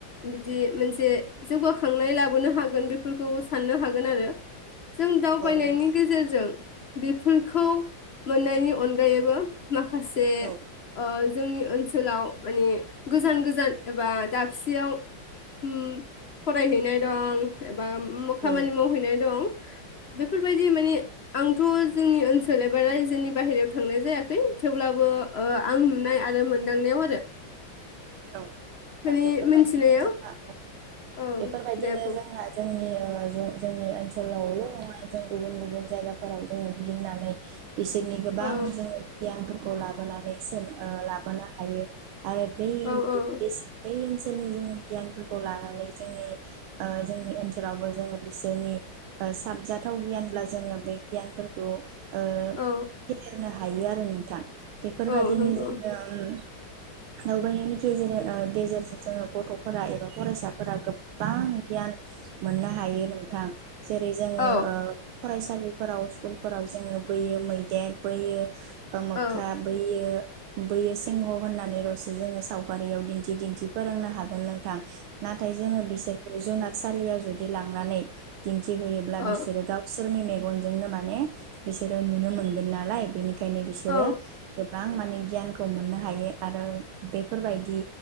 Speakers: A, on the left; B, on the right.
A: बिदि मोनसे जौगाखांनाय लाबोनो हागोन बे फोरखौ साननो हागोन आरो जों दावबायनायनि
B: नोंथां
A: गेजेरजों बेफोरखौ मोननायनि अनगायैबो माखासे
B: औ
A: ओ जोंनि ओनसोलाव माने गोजान गोजान एबा दाबसेयाव हम फरायहैनाय दं बा उम खामानि
B: औ
A: मावहैनाय दं बेफोरबायदि माने आंथ' जोंनि ओनसोल एबा रायजोनि बाहेरायाव थांनाय जायाखै थेवब्लाबो ओ आं नुनाय आरो मोन दांनायाव आरो
B: औ नोंथां
A: माने
B: बेफोरबायदिनो
A: मोनथिनायाव
B: जोंहा औ
A: औ
B: बेफोरबायदिनो
A: दे बुं
B: जोंहा जोंनि ओ जों जोंनि ओनसोलावल' नङा जों गुबुन गुबुन जायगाफोराव जोङो गिदिंनानै बिसोरनि गोबां
A: औ
B: जोङो गियानफोर खौ लाबोनानै सोन ओ लाबोनो हायो आरो बेै
A: औ
B: बे
A: औ
B: बेसे बै ओनसोलनि जों गियानफोरखौ लानानै जोंनि ओ जोंनि ओनसोलावबो जोङो बिसोरनि ओ साबजाथाव गियानब्ला जोङो बे गियानफोरखौ ओ
A: औ
B: <unintelligible> होनो हायो आरो नोंथां बेफोरबादिनो
A: औ नंगौ
B: जोङो उम दावबायनायनि गेजेर ओ गेजेरजों जोङो गथ'फोरा एबा फरायसाफोरा गोबां गियान मोननो हायो नोंथां जेरै जोङो
A: औ
B: ओ फरायसालिफोराव स्कुलफोराव जोङो बैयो मैदेर बैयो ओ मोख्रा
A: औ
B: बैयो बैयो सिंह' होननानै रसो जोङो साव गारियाव दिन्थि दिन्थि फोरोंनो हागोन नोंथां नाथाय जोङो बिसोरखौ जुनार सालियाव जुदि लांनानै दिन्थिहैयोब्ला
A: औ
B: बिसोरो गावसोरनि मे गनजोंनो माने बिसोरो नुनो मोनगोन नालाय बेनि खायनो बिसोरो
A: औ
B: गोबां माने गियानखौ मोननो हायो आरो बे बेफोरबायदि